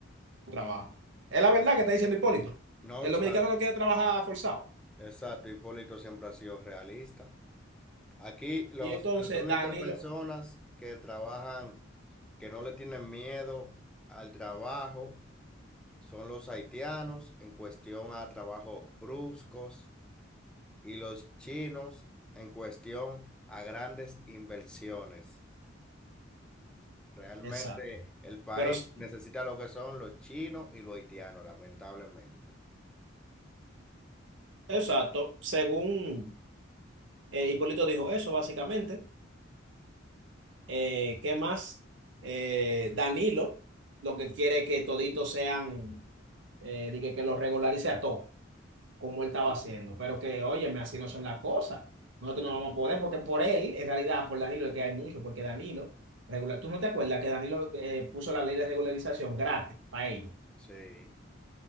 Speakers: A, on the right; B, in the centre.
A: trabajo Es la verdad que está diciendo Hipólito.
B: No,
A: El
B: o sea,
A: dominicano no quiere trabajar forzado.
B: exacto, Hipólito siempre ha sido realista. Aquí los,
A: Y entonces
B: las únicas
A: Danilo,
B: personas que trabajan, que no le tienen miedo al trabajo, son los haitianos en cuestión a trabajos bruscos y los chinos en cuestión a grandes inversiones. Realmente
A: exacto.
B: el país
A: Pero, s-
B: necesita lo que son los chinos y los haitianos, lamentablemente.
A: exacto, según... Eh, Hipólito dijo eso, básicamente. Eh, ¿qué más? Eh, Danilo, lo que quiere que toditos sean, eh, de que, que lo regularice a todos, como él
B: <laughs>
A: estaba haciendo. Pero que, óyeme, así no son las cosas. Nosotros no vamos a poder, porque por él, en realidad, por Danilo es que hay mucho, porque Danilo, regular, ¿tú no te acuerdas que Danilo eh, puso la ley de regularización gratis para ellos?
B: Sí,